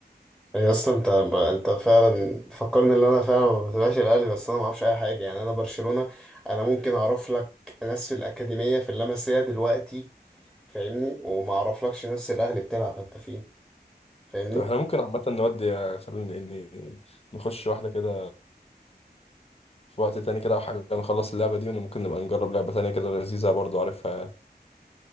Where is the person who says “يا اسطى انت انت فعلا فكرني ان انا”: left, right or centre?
Centre